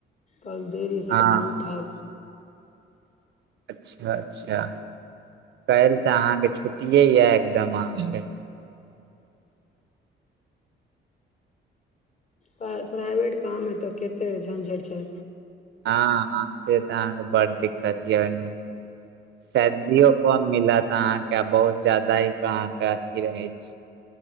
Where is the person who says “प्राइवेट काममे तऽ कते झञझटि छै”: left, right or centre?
Left